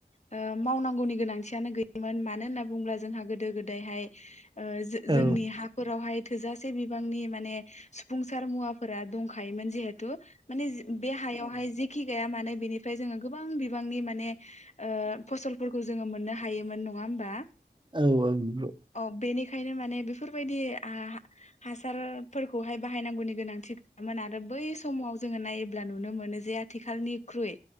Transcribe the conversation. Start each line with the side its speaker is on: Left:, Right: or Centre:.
Left: ओ मावनांगौनि गोनांथियानो गैयामोन मानो होनना बुंङोब्ला जोंहा गोदो गोदायहाय ओ जो-जोंनि
Right: औ
Left: हा फोरावहाय थोजासे बिबांनि माने सुफुंसार मुवाफोरा दंखायोमोन जिहेथु माने बे हायावहाय जेखि गैया मानो बेनिफ्राय जोङो गोबां बिबांनि माने ओ फसलफोरखौ जोङो मोननो हायोमोन नङा होमबा?
Right: औ औ नंगौ।
Left: औ बेनिखायनो माने बेफोरबायदि आह हासारफोरखौहाय बाहायनांगौनि गोनांथि गैयामोन आरो बै समाव जोङो नायोब अब्ला नुनो मोनो जे आथिखालनिख्रुइ